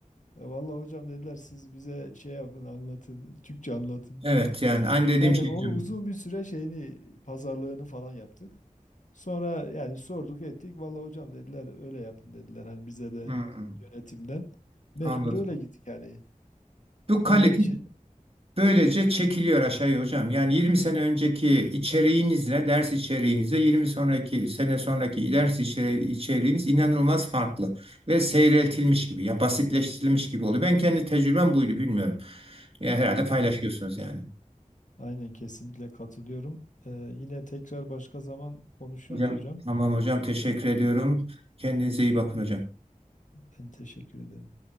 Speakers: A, on the left (about 65°); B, on the right (about 45°).
A: E, vallahi hocam dediler siz bize şey yapın anlatın Türkçe anlatın.
B: Evet yani aynı dediğim
A: Yani
B: şey
A: onu
B: hocam.
A: uzun bir süre şeyini pazarlığını falan yaptık. Sonra yani sorduk ettik. Vallahi hocam dediler öyle yapın dediler. Hani bize de
B: Hmm,
A: yönetimden. Mecbur
B: anladım.
A: öyle gittik yani.
B: Bu
A: Böyle
B: kalite
A: şey
B: böylece çekiliyor aşağıya hocam. Yani 20 sene önceki içeriğinizle ders içeriğinizle 20 sonraki sene sonraki ders içeri- içeriğiniz inanılmaz farklı ve seyreltilmiş gibi ya basitleştirilmiş gibi oluyor. Ben kendi tecrübem buydu bilmiyorum. Ya herhalde paylaşıyorsunuz
A: A-
B: yani.
A: aynen kesinlikle katılıyorum. Ee, yine tekrar başka zaman konuşuruz
B: Hocam
A: hocam.
B: tamam hocam teşekkür ediyorum.
A: Ee,
B: Kendinize iyi bakın hocam.
A: Ben teşekkür ederim.